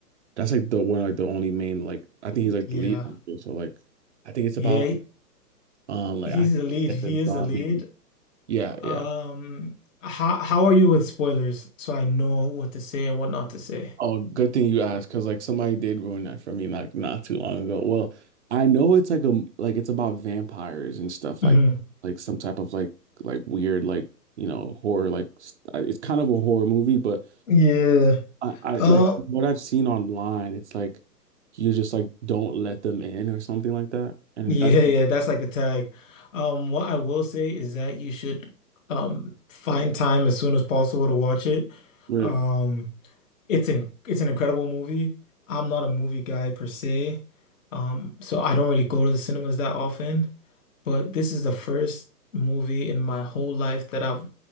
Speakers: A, on the right; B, on the left.
A: that's like the one like the only main like I think he's like
B: Yeah.
A: the lead actor. So like I think it's about
B: Yeah,
A: like um like
B: he's
A: I
B: the lead.
A: think like
B: He
A: a
B: is
A: zombie.
B: the lead.
A: Yeah,
B: Um,
A: yeah.
B: how how are you with spoilers? So I know what to say and what not to say.
A: Oh, good thing you asked, because like somebody did ruin that for me like not too long ago. Well, I know it's like a like it's about vampires and stuff
B: hmm
A: like like some type of like like weird like you know horror like s- uh, it's kind of a horror movie, but
B: Yeah.
A: I, I
B: Um,
A: like what I've seen online, it's like you just like don't let them in or something like that, and
B: Yeah,
A: that's
B: yeah, that's like the tag. Um, what I will say is that you should um find time as soon as possible to watch it.
A: really
B: Um, It's in it's an incredible movie. I'm not a movie guy per se, um, so I don't really go to the cinemas that often. But this is the first movie in my whole life that I've